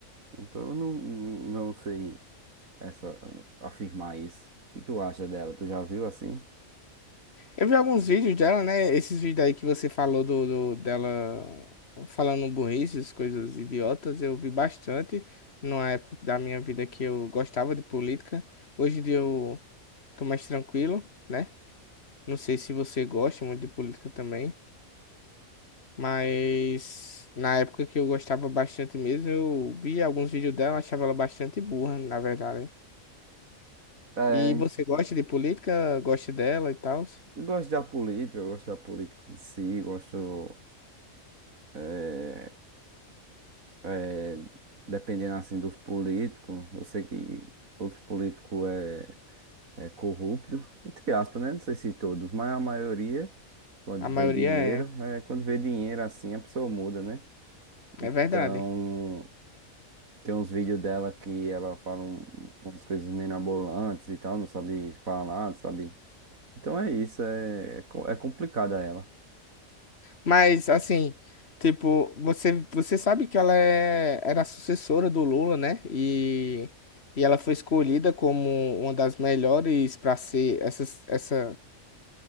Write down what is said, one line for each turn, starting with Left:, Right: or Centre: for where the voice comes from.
Right: Então eu não, não sei essa, afirmar isso. O que tu acha dela? Tu já viu assim?
Left: Eu vi alguns vídeos dela, né? Esses vídeos aí que você falou do, do- dela falando burrices, coisas idiotas, eu vi bastante numa época da minha vida que eu gostava de política. Hoje em dia eu tô mais tranquilo. né? Não sei se você gosta muito de política também, mas na época que eu gostava bastante mesmo, eu via alguns vídeos dela, eu achava ela bastante burra, na verdade.
Right: É,
Left: E você gosta de política, gosta dela e tal?
Right: eu gosto da política, eu gosto da política em si, gosto, é, é, dependendo assim dos políticos, eu sei que os políticos é, é corrupto, entre aspas, né? Não sei se todos, mas a maioria, quando
Left: A maioria
Right: vê dinheiro,
Left: é,
Right: é, quando vê dinheiro assim, a pessoa muda, né? Então,
Left: é verdade.
Right: tem uns vídeos dela que ela fala um- umas coisas meio mirabolantes e tal, não sabe falar, não sabe? Então é isso, é, é, co- é complicada ela.
Left: Mas assim, tipo, você você sabe que ela é, era a sucessora do Lula, né? E e ela foi escolhida como uma das melhores para ser essa, essa